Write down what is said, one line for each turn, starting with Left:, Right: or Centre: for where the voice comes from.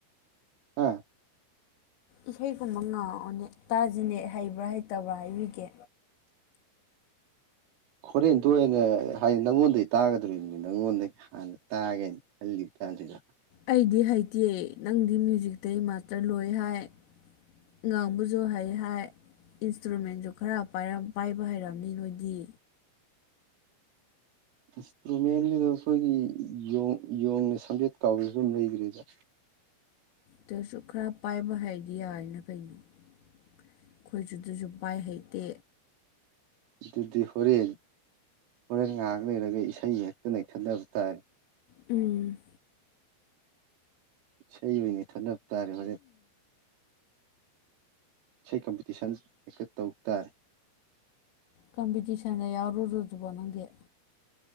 Right: ꯑ
Left: ꯏꯁꯩꯒꯨꯝꯕ ꯉꯥꯡꯑꯣꯅꯦ ꯇꯥꯁꯤꯅꯦ ꯍꯩꯕ꯭ꯔꯥ ꯍꯩꯇꯕ꯭ꯔꯥ ꯍꯕꯤꯒꯦ
Right: <unintelligible> ꯍꯣꯔꯦꯟ ꯇꯣꯅ ꯍꯥꯏꯗꯤ ꯅꯪꯉꯣꯟꯗꯒꯤꯩ ꯇꯥꯒꯗꯣꯔꯤꯕꯅꯤ ꯅꯪꯉꯣꯟꯗꯒꯤ ꯍꯥꯟꯅ ꯇꯥꯒꯦꯅ ꯈꯜꯂꯤ ꯊ ꯊꯔ
Left: ꯑꯩꯗꯤ ꯍꯩꯇꯦ ꯅꯪꯗꯤ ꯃ꯭ꯌꯨꯖꯤꯇꯩꯒꯤ ꯃꯥꯁꯇꯔ ꯂꯣꯏ ꯍꯥꯏ ꯉꯥꯡꯕꯨꯖꯣ ꯍꯩ ꯏꯟꯁꯇ꯭ꯔꯨꯃꯦꯟꯁꯨ ꯈꯔ ꯄꯥꯏꯕ ꯍꯩꯔꯕꯝꯅꯤ ꯅꯣꯏꯗꯤ
Right: ꯏꯟꯁꯇ꯭ꯔꯨꯃꯦꯟꯒꯤꯗꯣ ꯑꯩꯈꯣꯏꯒꯤ ꯌꯣꯡꯅ ꯁꯝꯖꯦꯠ ꯀꯥꯎꯕ ꯑꯗꯨꯝ ꯂꯩꯈ꯭ꯔꯔꯤꯗ
Left: ꯇꯔꯁꯨ ꯈꯔ ꯄꯥꯏꯕ ꯍꯥꯏꯗꯤ ꯌꯥꯅ ꯀꯩꯅꯣ ꯑꯩꯈꯣꯏꯁꯨꯗꯁꯨ ꯄꯥꯏ ꯍꯩꯇꯦ
Right: ꯑꯗꯨꯗꯤ ꯍꯣꯔꯦꯟ ꯍꯣꯔꯦꯟ ꯉꯥꯏꯍꯥꯛ ꯂꯩꯔꯒ ꯏꯁꯩ ꯍꯦꯛꯇ ꯅꯩꯊꯠꯂꯕ ꯇꯥꯔꯦ
Left: ꯎꯝ
Right: ꯏꯁꯩ ꯑꯣꯏꯅꯅꯦ ꯊꯟꯗ ꯇꯥꯔꯦ ꯍꯣꯔꯦꯟ ꯏꯁꯩ ꯀꯝꯄꯤꯇꯤꯁꯟ ꯍꯦꯀ ꯇꯧ ꯇꯥꯔꯦ
Left: ꯀꯝꯄꯤꯇꯤꯁꯟꯗ ꯌꯥꯎꯔꯔ ꯑꯗꯨꯕꯣ ꯅꯪꯗꯤꯦ